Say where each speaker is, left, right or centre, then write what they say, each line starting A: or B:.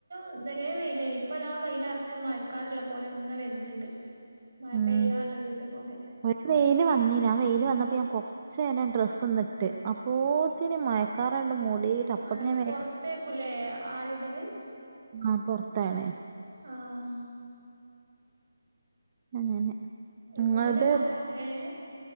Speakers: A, on the right; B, on the right.
A: തേവരേ വെയില ഇപ്പ അതാ വെയിലെറിച്ച് മയക്കാറ്ള്ള പോലെങ്ങ് വരുന്നുണ്ട്. മഴ
B: ഉം
A: പെയ്യാനുള്ളൊരിതുപോലെ.
B: ഒരു വെയില് വന്നീന് ആ വെയില് വന്നപ്പോ ഞാൻ കുറച് നേരം ഡ്രസ്സ്ന്നിട്ട് അപ്പോത്തിന് മഴ. ക്കാറണ്ട് മൂടിട്ടപ്പത്തിന്
A: ഏഹ്
B: വരെ.
A: പൊറത്തേക്കുലേ ആറിടല്
B: ആഹ് പുറത്താണ്.
A: ആഹ്
B: അങ്ങനെ
A: ഇപ്പൊ
B: ങ്ങളത്
A: പിന്നെ മഴ ഏഹ്